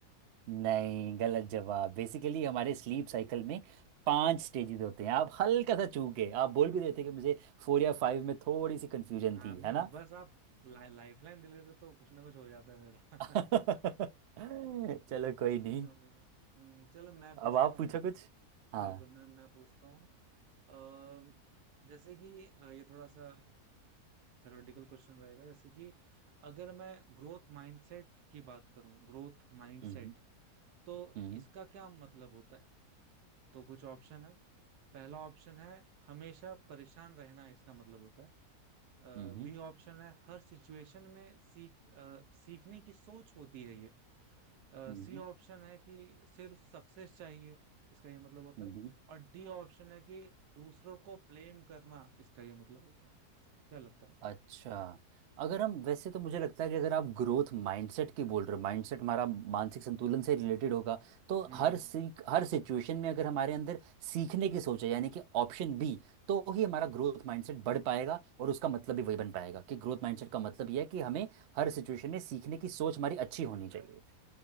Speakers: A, on the right; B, on the right.
A: नहीं गलत जवाब बेसिकली हमारे स्लीप
B: अरे
A: साइकिल में पांच स्टेजेस होते हैं आप हल्का सा चूक गए आप बोल भी रहे थे कि मुझे फोर या फाइव में थोड़ी सी कंफ्यूजन
B: हाँ
A: थी
B: नहीं
A: है ना
B: बस आप ला, लाइफ लाइन दे लेते तो कुछ ना कुछ हो जाता है मेरा
A: <laughs> चलो कोई
B: उसकी
A: नहीं
B: कम है हम्म चलो मैं पूछता
A: अब आप
B: हूँ
A: पूछो
B: अभी
A: कुछ हाँ
B: बिल्कुल मैं मैं पूछता हूँ अ, जैसे कि अ, ये थोड़ा सा थ्योरेटिकल क्वेश्चन रहेगा जैसे कि अगर मैं ग्रोथ माइंडसेट की बात करूं ग्रोथ माइंडसेट
A: हम्म
B: तो
A: हम्म
B: इसका क्या मतलब होता है तो कुछ ऑप्शन है पहला ऑप्शन है हमेशा परेशान रहना इसका मतलब होता है अ,
A: हम्म
B: बी ऑप्शन है हर सिचुएशन में सीख अ, सीखने की सोच होती है ये
A: हम्म
B: सी ऑप्शन है कि सिर्फ सक्सेस चाहिए इसका ये मतलब होता
A: हम्म
B: है और डी ऑप्शन है कि दूसरों को ब्लेम करना इसका ये मतलब होता है क्या लगता है आपको
A: अच्छा अगर हम वैसे तो मुझे लगता है कि अगर आप ग्रोथ माइंडसेट की बोल रहे हो माइंडसेट हमारा मानसिक संतुलन से रिलेटेड होगा तो
B: हम्म
A: हर सीख हर सिचुएशन में अगर हमारे अंदर सीखने की सोच है यानी कि ऑप्शन बी तो ही हमारा ग्रोथ माइंडसेट बढ़ पाएगा और उसका मतलब भी वही बन पाएगा कि ग्रोथ माइंडसेट का मतलब यह है कि हमें हर सिचुएशन में सीखने की सोच हमारी अच्छी होनी चाहिए